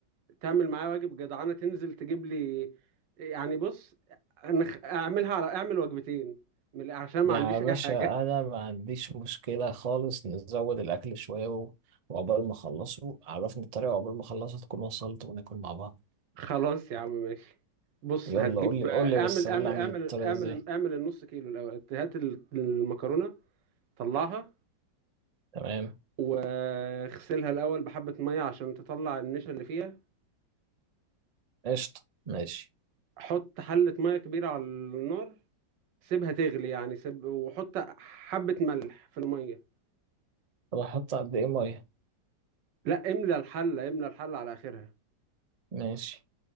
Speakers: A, on the right (about 80°); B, on the right (about 45°).
A: تعمل معايا واجب جدعانه تنزل تجيب لي يعني بص أنا- اعملها على اعمل وجبتين من- عشان ما
B: يعني
A: عنديش
B: يا باشا
A: اي حاجه <laughs>
B: انا ما عنديش مشكله خالص نزود الاكل شويه و- وعقبال ما اخلصه عرفني الطريقه وعقبال ما اخلصها تكون وصلت وناكل مع بعض
A: خلاص يا عم ماشي بص
B: يلا
A: هتجيب
B: قول لي قول
A: اعمل
B: لي بس
A: اعمل
B: قول لي اعمل
A: اعمل
B: الطريقه
A: اعمل
B: ازاي
A: اعمل النص كيلو الاول هات ال- المكرونه طلعها
B: تمام
A: واغسلها الاول بحبه ميه عشان تطلع النشا اللي فيها
B: قشطه ماشي
A: حط حله ميه كبيره على النار سيبها تغلي يعني سيب وحط حبة ملح في المية
B: طب احط قد ايه ميه
A: لا املى الحلة املى الحلة على آخرها
B: ماشي